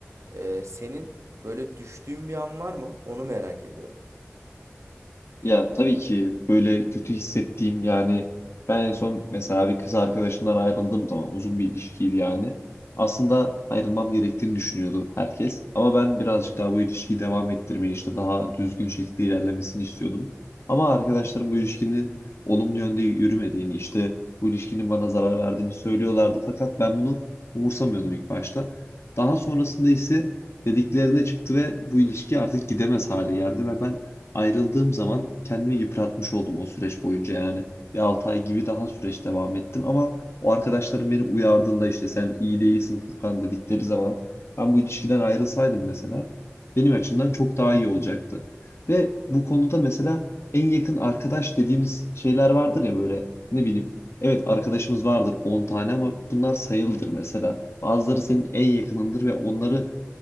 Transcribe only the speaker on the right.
Ee, senin böyle düştüğün bir an var mı? Onu merak ediyorum.